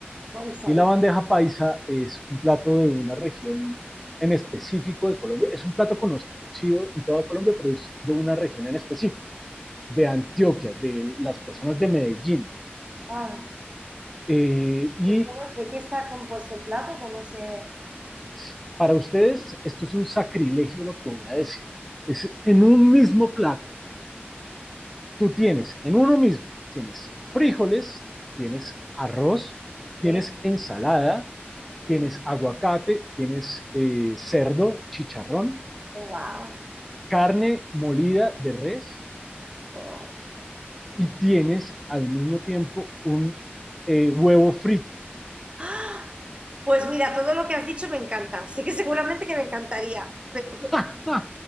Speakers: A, on the right; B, in the centre.
A: Paisa.
B: Y la
A: ¿Y
B: bandeja
A: qué-
B: paisa es un plato de una región en específico de Colombia. Es un plato conocido en toda Colombia, pero es de una región en específico, de Antioquia, de las personas de Medellín.
A: ah,
B: Eh, y
A: ¿de cómo de qué está compuesto el plato? ¿Cómo se...?
B: sí, para ustedes esto es un sacrilegio lo que voy a decir. Es en un mismo plato, tú tienes, en uno mismo, tienes frijoles, tienes arroz, tienes
A: ¿Qué?
B: ensalada, tienes
A: ¿Qué?
B: aguacate, tienes eh, cerdo, chicharrón,
A: Oh, wow.
B: carne molida de res
A: Oh.
B: y tienes al mismo tiempo un eh, huevo frito.
A: ¡Ah! Pues mira, todo lo que has dicho me encanta. Sé que seguramente que me encantaría, pero
B: <laughs>